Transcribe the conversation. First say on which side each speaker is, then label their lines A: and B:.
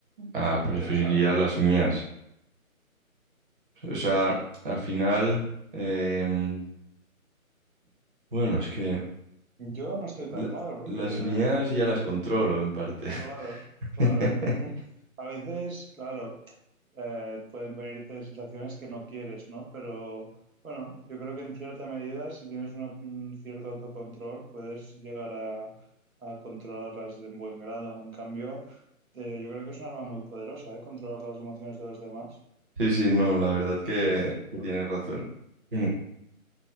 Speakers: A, on the right; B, on the right.
A: Ah, preferiría
B: Interesante.
A: las mías. O sea, al final, em, bueno, es que...
B: Yo no estoy tan
A: La-
B: claro porque
A: las
B: yo
A: mías ya las controlo en parte.
B: Claro, claro.
A: <laughs>
B: <laughs> A veces, claro, eh, pueden venirte sensaciones que no quieres, ¿no? Pero bueno, yo creo que en cierta medida, si tienes una- un cierto autocontrol, puedes llegar a, a controlarlas en buen grado. En cambio, eh, yo creo que es un arma muy poderosa, ¿eh? Controlar las emociones de los demás.
A: Sí, sí, no, la verdad que, que tienes razón. Mm,